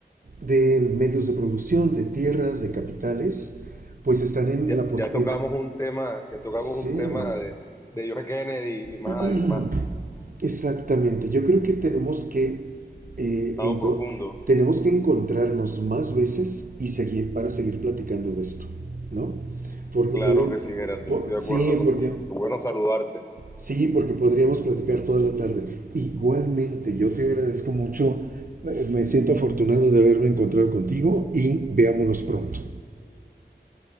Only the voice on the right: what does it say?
de, medios de producción, de tierras, de capitales, pues están en
la...
Eh,
sí,
<clears throat>
Exactamente, yo creo que tenemos que, eh,
enco-
tenemos que encontrarnos más veces y seguir para seguir platicando de esto, ¿no? Porque
podríamos,
sí,
porque,
sí, porque podríamos platicar toda la tarde. Igualmente, yo te agradezco mucho, eh, me siento afortunado de haberme encontrado contigo y veámonos pronto.